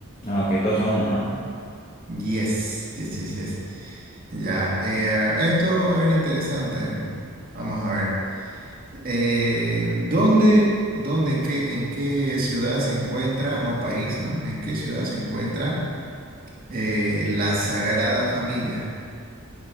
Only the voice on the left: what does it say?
Ah, ok, dos a uno, ¿no?
Bien.